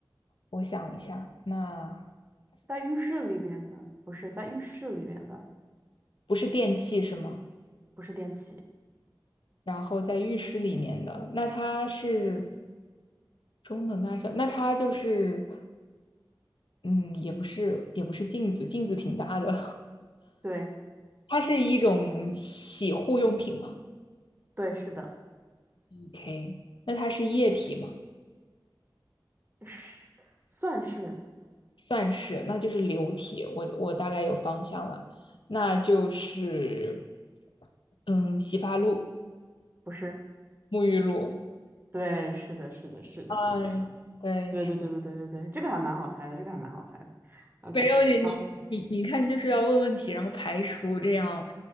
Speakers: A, on the left; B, on the right.
A: 我想一下，那
B: 在浴室里边的，不是在浴室里边的，
A: 不是电器是吗？
B: 不是电器，
A: 然后在浴室里面的，那它是中等大小，那它就是嗯，也不是也不是镜子，镜子挺大的，
B: 对，
A: <laughs> 它是一种洗护用品吗
B: 对，是的，
A: ？OK，那它是液体吗？
B: 是，算是，
A: 算是，那就是流体，我我大概有方向了，那就是嗯，洗发露、
B: 不是，
A: 沐浴露，
B: 对，是的，是的，是的，
A: 嗯，
B: 是的，是，
A: 对，
B: 对，对，对，对，对，对，对，这个还蛮好猜的，这个还蛮好猜的，OK，
A: 没有你，
B: 好，
A: 你你你看，就是要问问题，然后排除这样。